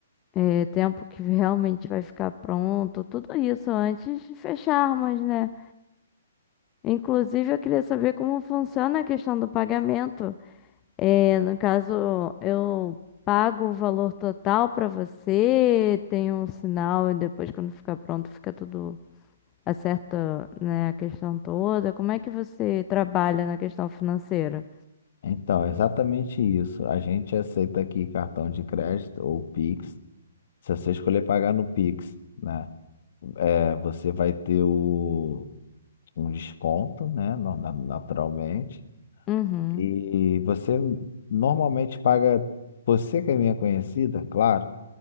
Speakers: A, on the left (about 25°); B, on the left (about 50°).
A: é, tempo que realmente vai ficar pronto, tudo isso antes de fecharmos, né? Inclusive, eu queria saber como funciona a questão do pagamento. É, no caso, eu pago o valor total pra você, tem um sinal e depois quando ficar pronto fica tudo acerta, né, a questão toda. Como é que você trabalha na questão financeira?
B: Então, é exatamente isso. A gente aceita aqui cartão de crédito ou Pix. Se você escolher pagar no Pix, né? É, você vai ter o, um desconto, né? na- na- Naturalmente.
A: Uhum.
B: E você normalmente paga, você que é minha conhecida, claro,